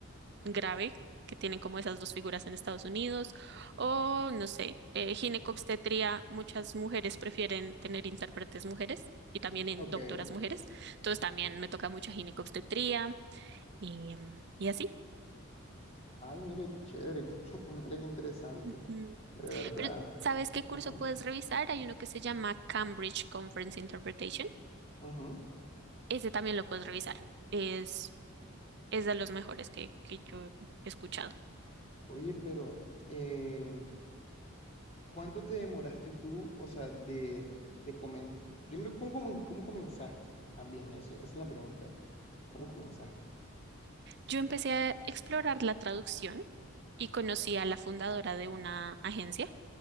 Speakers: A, on the right; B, on the left.
A: grave, que tienen como esas dos figuras en Estados Unidos, o no sé, eh, ginecobstetría, muchas mujeres prefieren tener intérpretes mujeres y también en-
B: Ok.
A: doctoras mujeres, entonces también me toca mucha ginecobstetría y, em, y así.
B: Ay, mire, qué chévere, <laughs> qué- qué- mire qué interesante,
A: Ujú.
B: de verdad.
A: Pero, ¿sabes qué curso
B: Ujú,
A: puedes revisar? Hay uno que se llama Cambridge Conference Interpretation.
B: ujú.
A: Ese también lo puedes revisar. Es es de los mejores que, que yo he escuchado.
B: Oye, pero em, ¿Cuánto te demoraste tú, o sea, de, de comen- Primero, ¿cómo, comen- cómo comenzaste? Más bien, eso, esa es la pregunta. ¿Cómo comenzaste?
A: Yo empecé a explorar la traducción y conocí a la fundadora de una agencia